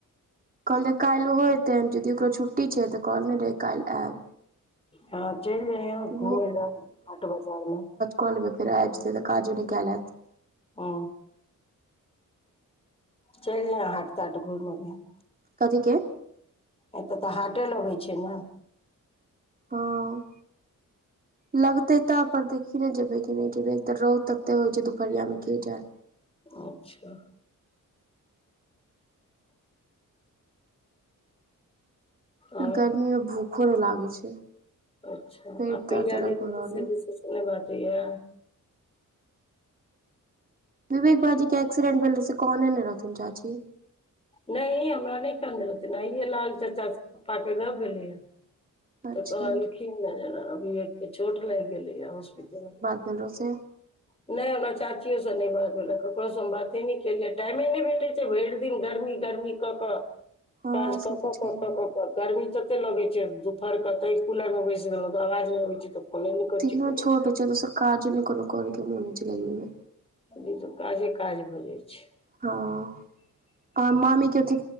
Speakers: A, on the right (about 25°); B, on the left (about 20°).
A: कहलै काल्हि ओहो ऐते अंजुयदि ओकरो छुट्टी छै त कहलने रहै काल्हि आयब।
B: हँ चैल जाइय घुमे
A: तऽ
B: ल हाट बाजार मे।
A: क लेबेय फेर आइब जेबै काजो नहि केल हेत।
B: ह अ चलि जायह हाट ताट घुम अभीह।
A: कथि के?
B: एतय तऽ हाटे लगै छै ने?
A: हँ। लगते त पर देखी ने जेबे कि नहि जेबे एक तऽ रौद तते होइ छै दुपहरिया मे के जाय।
B: अच्छा। आओर
A: गर्मी मे भूखो नै लागै छै।
B: अच्छा!
A: पेट
B: आ प्रिया
A: दर्द अलग
B: दीदी
A: भऽ रहल
B: सेहो
A: अइ
B: ससुराल मे भेटैय।
A: विवेक बाजी के एक्सीडेंट भेले, से कहने ने रहथिन चाची?
B: नहि हमरा नहि कहने रहथिन, आइए लाल चाचा के पप्पा से गप्प भेलेया। तऽ
A: अच्छा
B: कहलखिन है, एना -एना विवेक के चोट लाइग गेलय है, होॉस्पिटल
A: पंद्रह सौ
B: नहि हमरा चाचियो से नहि बात भेले, ककरोसँ हम बाते नहि केलियै, टाइमे नहि भेटैत छै, भरि दिन गर्मी -गर्मी। केकर,
A: हँ
B: काज कऽ
A: से
B: -कऽ
A: तऽ छैहे
B: -कऽ। तऽ गर्मी तते लगैत छै दुपहरके, तै कूलरमे बैस गेलहुँ, तऽ आवाज नहि अबैत छै, तऽ फोने नहि करै
A: दिनो
B: छी ककरो
A: छोटे होइ छै, दोसर काजो नै कोनो करऽ के मोन होइए छै, गरमी मे।
B: से तऽ काजे -काज भऽ जाइत छै।
A: हँ, आर मामी के अथि,